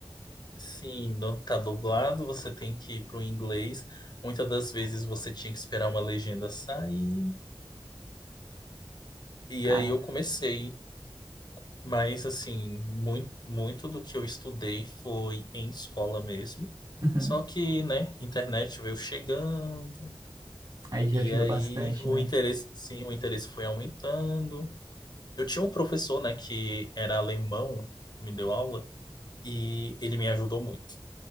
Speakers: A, on the left (about 50°); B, on the right (about 45°).
A: sim, não tá dublado, você tem que ir para o inglês. Muitas das vezes você tinha que esperar uma legenda sair. E
B: Cara,
A: aí eu comecei. Mas, assim, muito, muito do que eu estudei foi em escola mesmo.
B: uhum.
A: Só que, né, internet veio chegando,
B: aí já
A: e
B: ajuda
A: aí
B: bastante,
A: o
B: né?
A: interesse, sim, o interesse foi aumentando. Eu tinha um professor, né, que era alemão, que me deu aula, e ele me ajudou muito.